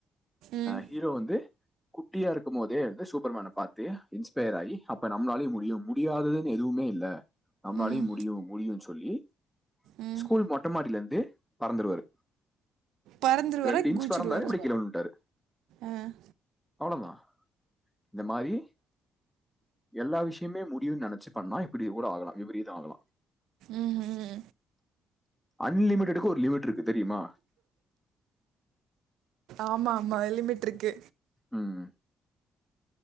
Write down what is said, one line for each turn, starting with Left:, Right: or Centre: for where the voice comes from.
Right: ம்
Centre: ஹீரோ வந்து குட்டியா இருக்கும் போதே வந்து சூப்பர் மேன் பார்த்து இன்ஸ்பயர் ஆகி நம்மளால முடியாததுன்னு எதுவுமே இல்ல நம்மளாலயே
Right: ம்
Centre: முடியும் முடியும் சொல்லி
Right: ம்
Centre: ஸ்கூல் மொட்டை மாடியில இருந்து பறந்துருவாரு
Right: பறந்துருவாரா
Centre: ரெண்டு இன்ச்
Right: குதிச்சிருவாரா
Centre: பறந்தாரு எப்படியும் கீழ விழுந்துட்டாரு
Right: ஆ
Centre: அவ்வளவுதான் இந்த மாதிரி எல்லா விஷயமே முடியும்ன்னு நினைச்சு நான் இப்படி கூட ஆகலாம் எப்படிதான் ஆகலாம்
Right: ம்ஹூம்
Centre: அன்லிமிடெடுக்கு ஒரு லிமிட் இருக்கு தெரியுமா
Right: ஆமா ஆமா லிமிட் இருக்கு
Centre: உஹம்